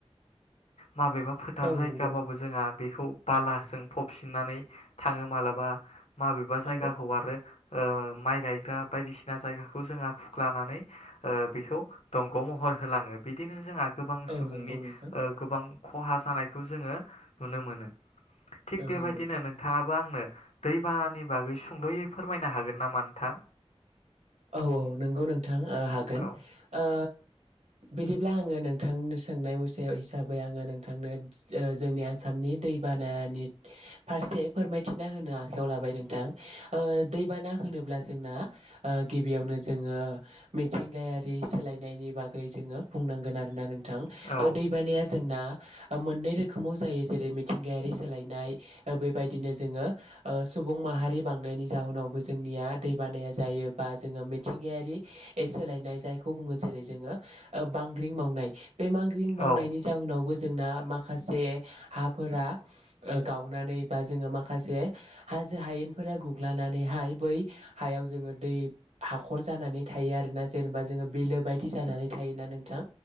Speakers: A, on the left; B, on the right.
A: माबेबा। थार
B: औ
A: जायगाबाबो
B: नंगौ
A: जोंहा बेखौ बालाजों फबसिननानै थाङो मालाबा। माबेबा जायगा
B: औ
A: हगारो ओ माइ गायग्रा बायदिसिना जायगाखौ जोंङा फुख्लानानै ओ बेखौ दंग' महर होलाङो बिदिनो जोंहा। गोबां
B: औ
A: सुबुंनि
B: नंगौ नोंथां
A: गोबां खहा जानायखौ जोङो नुनो मोनो। थिग
B: औ
A: बेबायदिनो
B: नंगौ
A: नोंथाङा आंनो दैबानानि बागै सुंद'यै फोरमायनो हागोन नामा नोंथां।
B: औ औ नोंगौ नोंथां हागोन
A: औ
B: ओ बिदिब्ला आङो नोंथांनो सोंनाय मुस हिसाबै आङो नोंथांनो जोंनि आसामनि दै बानानि फारसे फोरमायथिना होनो आखायाव लाबाय नोंथां बा ओ दैबाना होनोब्ला जोंना ओ गिबियावनो जोङो मिथिंगायारि सोलायनायनि बागै जोङो बुंनांगोन आरोना नों नोथां
A: औ
B: दै बानाया जोंना मोननै रोखोमाव जायो जेरै मिथिंगायारि सोलायनाय बेबायदिनो जोङो। ओ सुबुं माहारि बांनायनि जाहोनावबो जोंनिया दै बानाया जायो। बा जोङो मिथिंगायारि सोलायनाय जायखौ बुङो जेरै जोङो बांग्रिं मावनाय। बे मांग्रिं मावनायनि
A: औ
B: जउनावबो जोंना माखासे हा फोरा ओ गावनानै बा जोङ माखासे हा हाजो हायेनफोरा गुग्लनानैहाय बै हायाव जोङो दै हाखर जानानै थायो आरोना जेनेबा जोङो बिलो बायदि जानानै थायोना नोंथां।